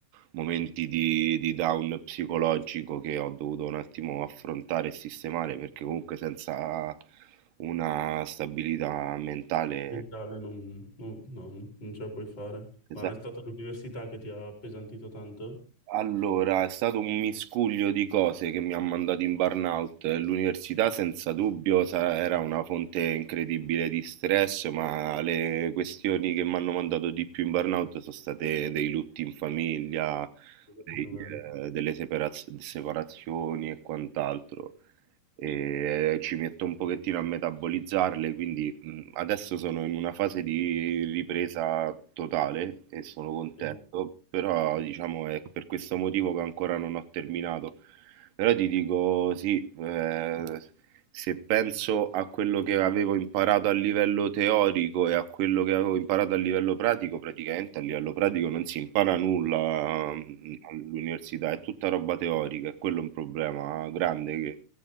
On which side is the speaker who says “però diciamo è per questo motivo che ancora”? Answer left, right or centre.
Right